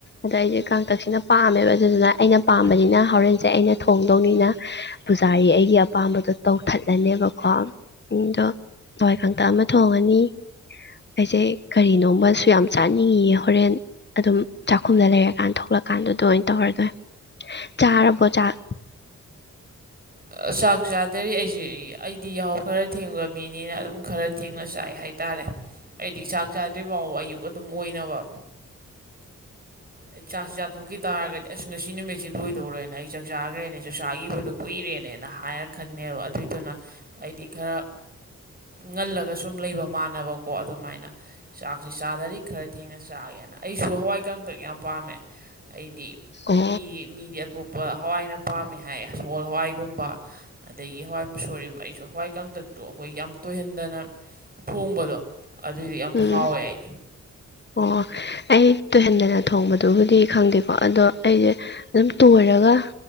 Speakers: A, on the left (about 35°); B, on the right (about 30°).
A: ꯑꯗ ꯑꯩꯗꯤ ꯀꯥꯡꯇꯛꯁꯤꯅ ꯄꯥꯝꯃꯦꯕ ꯑꯗꯨꯗꯨꯅ ꯑꯩꯅ ꯄꯥꯝꯕꯅꯤꯅ ꯍꯧꯔꯦꯟꯁꯦ ꯑꯩꯅ ꯊꯣꯡꯗꯧꯅꯤꯅ ꯄꯨꯖꯥꯔꯤ ꯑꯩꯒꯤ ꯑꯄꯥꯝꯕꯗꯣ ꯇꯧꯊꯠꯂꯅꯦꯕꯀꯣ ꯑꯗꯣ ꯍꯋꯥꯏ ꯀꯥꯡꯇꯛ ꯑꯃ ꯊꯣꯡꯉꯅꯤ ꯑꯩꯖꯦ ꯀꯔꯤꯅꯣꯝꯃꯁꯨ ꯌꯥꯝ ꯆꯥꯅꯤꯡꯉꯤꯌꯦ ꯍꯣꯔꯦꯟ ꯑꯗꯨꯝ ꯆꯥꯛꯈꯨꯝꯗ ꯂꯩꯔꯀꯥꯟꯗ ꯊꯣꯛꯂꯛꯀꯥꯟꯗꯨꯗ ꯑꯣꯏꯟ ꯇꯧꯔꯗꯣꯏ ꯆꯥꯔꯕꯣ ꯆꯥꯛ
B: ꯑꯥ ꯆꯥꯛ ꯆꯥꯗꯔꯤ ꯑꯩꯁꯦ ꯑꯩꯗꯤ ꯌꯥꯍꯧ ꯈꯔ ꯊꯦꯡꯕ ꯃꯤꯅꯤꯅ ꯑꯗꯨꯝ ꯈꯔ ꯊꯦꯡꯅ ꯆꯥꯏ ꯍꯥꯏ ꯇꯥꯔꯦ ꯑꯩꯗꯤ ꯆꯥꯛ ꯆꯥꯗ꯭ꯔꯤꯕꯥꯥꯎꯕ ꯑꯌꯨꯛ ꯑꯗꯨꯝ ꯑꯣꯏꯅꯕ ꯑꯩ ꯆꯥꯛꯁꯤ ꯆꯥꯊꯣꯛꯈꯤ ꯇꯥꯔꯒꯗꯤ ꯑꯁ ꯉꯁꯤ ꯅꯨꯃꯤꯠꯁꯦ ꯂꯣꯏꯗꯧꯔꯦꯅ ꯑꯩ ꯆꯥꯛ ꯆꯥꯒꯔꯦꯅꯦ ꯆꯥꯛ ꯆꯥꯒꯤꯕꯗꯨ ꯀꯨꯏꯔꯦ ꯅꯦꯅ ꯍꯥꯏꯔ ꯈꯟꯅꯦꯕ ꯑꯗꯨꯏꯗꯨꯅ ꯑꯩꯗꯤ ꯈꯔ ꯉꯜꯂꯒ ꯁꯨꯝ ꯂꯩꯕ ꯃꯥꯟꯅꯕꯀꯣ ꯑꯗꯨꯃꯥꯏꯅ ꯆꯥꯛꯁꯤ ꯆꯥꯗꯔꯤ ꯈꯔ ꯊꯦꯡꯅ ꯆꯥꯒꯦꯅ ꯑꯩꯁꯨ ꯍꯋꯥꯏ ꯀꯥꯡꯇꯛ ꯌꯥꯝ ꯄꯥꯝꯃꯦ ꯑꯩꯗꯤ
A: ꯑꯣ
B: ꯃꯤ ꯃꯤꯗꯤ ꯑꯇꯣꯞꯄ ꯍꯋꯥꯏꯅ ꯄꯥꯝꯃꯦ ꯍꯥꯏ ꯁꯒꯣꯜ ꯍꯋꯥꯏ ꯒꯨꯝꯕ ꯑꯗꯒꯤ ꯍꯋꯥꯏ ꯃꯨꯁꯣꯔꯤ ꯑꯃ ꯑꯩꯁꯨ ꯍꯋꯥꯏ ꯀꯥꯡꯇꯛꯇꯣ ꯑꯈꯣꯏ ꯌꯥꯝ ꯇꯣꯏꯍꯟꯗꯅ ꯊꯣꯡꯕꯗꯣ ꯑꯗꯨꯏꯗꯨ ꯌꯥꯝ
A: ꯎꯝ
B: ꯍꯥꯎꯋꯦ ꯑꯩ
A: ꯑꯣ ꯑꯩ ꯇꯣꯏꯍꯟꯗꯅ ꯊꯣꯡꯕꯗꯨꯕꯨꯗꯤ ꯈꯪꯗꯦꯀꯣ ꯑꯗꯣ ꯑꯩꯗꯤ ꯑꯗꯨꯝ ꯇꯣꯏꯔꯒ